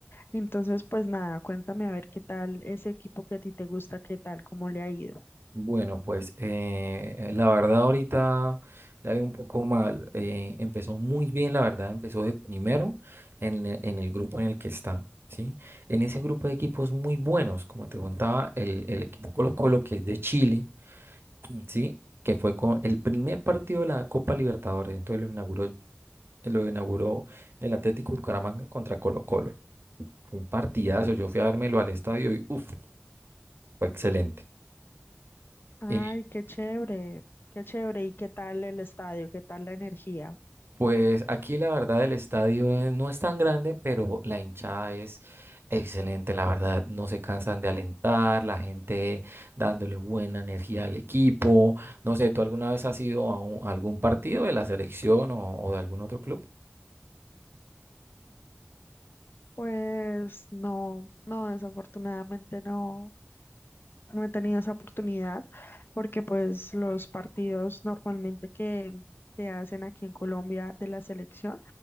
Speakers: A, on the left; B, on the right.
A: Entonces, pues nada, cuéntame a ver qué tal ese equipo que a ti te gusta, qué tal, cómo le ha ido.
B: Bueno, pues eh, la verdad ahorita la veo un poco mal. Eh, empezó muy bien, la verdad, empezó de primero en, e- en el grupo en el que está, ¿sí? En ese grupo de equipos muy buenos, como te contaba, el, el equipo Colo-Colo, que es de Chile, ¿sí? Que fue con el primer partido de la Copa Libertadores, entonces lo inauguró, lo inauguró el Atlético Bucaramanga contra Colo-Colo. Fue un partidazo, yo fui a dármelo al estadio y uff, fue excelente.
A: Ay,
B: Eh,
A: qué chévere, qué chévere. ¿Y qué tal el estadio? ¿Qué tal la energía?
B: Pues aquí la verdad el estadio eh, no es tan grande, pero la hinchada es excelente, la verdad no se cansan de alentar, la gente dándole buena energía al equipo. No sé, ¿tú alguna vez has ido a, un- a algún partido de la selección o, o de algún otro club?
A: Pues no, no, desafortunadamente no, no he tenido esa oportunidad porque pues los partidos normalmente que, que hacen aquí en Colombia de la selección